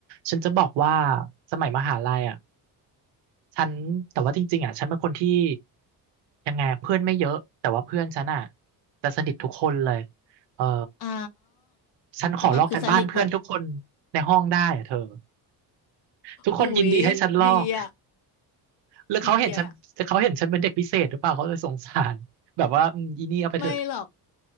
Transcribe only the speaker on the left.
อ๋อ
ก็แบบคือสนิทหมด
อุ๊ยดีอ่ะ
ดีอ่ะไม่หรอก